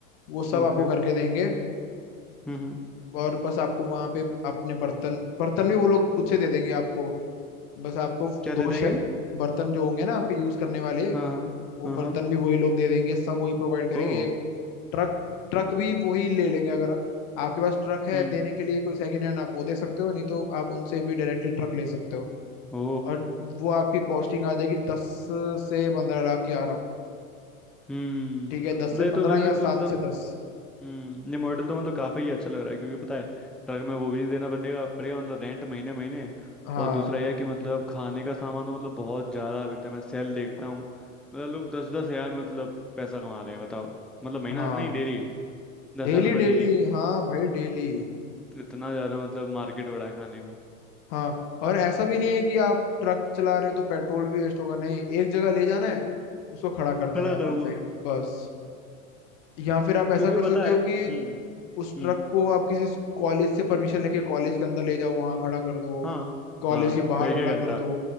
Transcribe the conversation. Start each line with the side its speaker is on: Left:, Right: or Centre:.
Left: वो सब
Centre: हम्म,
Left: आपको
Centre: ओके
Left: करके देंगे
Centre: हम्म हम्म।
Left: और बस आपको वहाँ पे अपने बर्तन बर्तन भी वो लोग खुद से दे देंगे आपको बस आपको
Centre: क्या
Left: दो
Centre: दे देंगे
Left: शे- बर्तन जो होंगे ना आपके यूज़ करने वाले
Centre: हाँ हाँ
Left: वो
Centre: हाँ
Left: बर्तन
Centre: हाँ
Left: भी वही लोग दे देंगे सब वही प्रोवाइड करेंगे
Centre: ओ
Left: ट्रक ट्रक भी वही ले लेंगे अगर आपके पास ट्रक है
Centre: हम्म
Left: देने के लिए कोई सेकेंड हैंड आप वो दे सकते हो नहीं तो आप उनसे भी डायरेक्टली ट्रक ले सकते हो
Centre: ओ
Left: और वो आपकी कॉस्टिंग आ जाएगी दस से पंद्रह लाख के आ रहा हूँ
Centre: हम्म मतलब
Left: ठीक है दस से
Centre: ये तो
Left: पंद्रह
Centre: बिजनेस
Left: या
Centre: मतलब
Left: सात से दस
Centre: हम्म ये मॉडल तो मतलब काफ़ी ही अच्छा लग रहा है क्योंकि पता है ट्रक में वो भी नहीं देना पड़ेगा पड़ेगा मतलब रेंट महीने महीने
Left: हाँ
Centre: और दूसरा यह है कि मतलब खाने का सामान तो मतलब बहुत ज़्यादा बिकता है मैं सेल देखता हूँ मतलब लोग दस दस हज़ार मतलब पैसा कमा रहे हैं बताओ मतलब महीना
Left: हाँ
Centre: नहीं डेली दस
Left: डेली
Centre: हज़ार रुपये
Left: डेली
Centre: डेली
Left: हाँ भाई डेली
Centre: इतना ज़्यादा मतलब मार्केट बड़ा है खाने का
Left: हाँ और ऐसा भी नहीं है कि आप ट्रक चला रहे हो तो पेट्रोल भी वेस्ट होगा नहीं एक जगह ले जाना है उसको खड़ा कर
Centre: खड़ा
Left: देना है वहां
Centre: कर
Left: पे बस या फिर आप ऐसा
Centre: क्योंकि
Left: कर सकते
Centre: पता है
Left: हो
Centre: हम्म
Left: कि उस
Centre: हम्म
Left: ट्रक को आप किसी कॉलेज से परमिशन लेके कॉलेज के अंदर ले जाओ वहां खड़ा कर दो
Centre: हाँ
Left: कॉलेज
Centre: हाँ
Left: के बाहर
Centre: एक एक
Left: खड़ा
Centre: घंटा
Left: कर दो